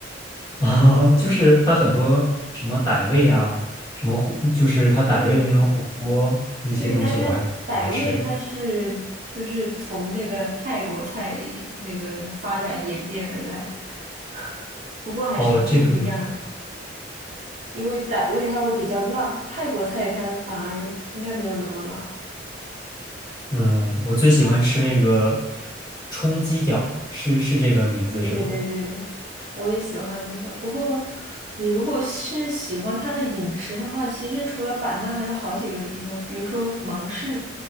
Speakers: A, on the left; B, on the right.
A: <laughs> 啊，就是它很多什么傣味啊，什么火，就是它傣味的那种火锅那些东西，
B: 对对，对，但是傣味它是就是从那个泰国菜那个发展演变而来的，
A: 我还是挺喜欢吃的。
B: <laughs> 不过还是有不一样，
A: 哦，这个。
B: 因为傣味它会比较辣，泰国菜它反而应该没有那么辣。
A: 嗯，我最喜欢吃那个冲鸡脚，是是这个名字是吧？
B: 对对对对对，我也喜欢那个。不过，你如果是喜欢它的饮食的话，其实除了版纳，还有好几个地方，比如说芒市，